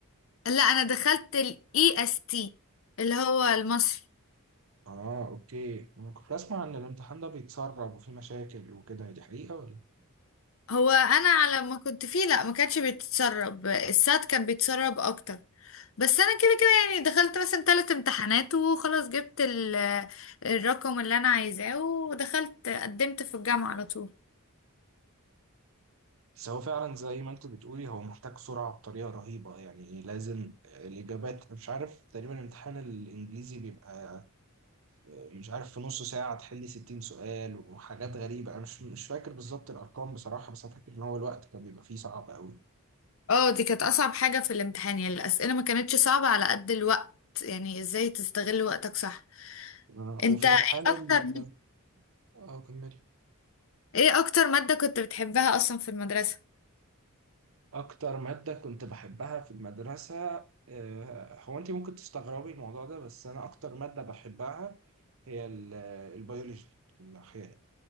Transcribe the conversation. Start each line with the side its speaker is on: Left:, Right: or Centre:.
Left: لا انا دخلت الاي اس تي اللي هو المصري
Right: اه اوكي انا كنت اسمع ان الامتحان ده بيتسرب وفي مشاكل وكده دي حقيقة ولا
Left: هو انا على ما كنت فيه لا ما كانش بيتسرب السات كان بيتسرب اكتر بس انا كده كده يعني دخلت مثلا ثلاث امتحانات وخلاص جبت ال- الرقم اللي انا عايزاه ودخلت قدمت في الجامعة على طول
Right: بس هو فعلا زي ما انت بتقولي هو محتاج سرعة بطريقة رهيبة يعني لازم الإجابات أنا مش عارف تقريبا الامتحان الإنجليزي بيبقى مش عارف في نص ساعة تحلي 60 سؤال وحاجات غريبة أنا مش مش فاكر بالظبط الأرقام بصراحة بس أنا فاكر إن هو الوقت كان بيبقى فيه صعب أوي
Left: اه دي كانت اصعب حاجة في الامتحان يعني الاسئلة ما كانتش صعبة على قد الوقت يعني ازاي تستغل وقتك صح
Right: آه،
Left: انت
Right: وفي
Left: ايه
Right: امتحان
Left: اكتر
Right: ال... اه كمل
Left: ايه اكتر مادة كنت بتحبها اصلا في المدرسة
Right: أكتر مادة كنت بحبها في المدرسة آه، هو أنت ممكن تستغربي الموضوع ده بس أنا أكتر مادة بحبها هي ال- البيولوجي الأحياء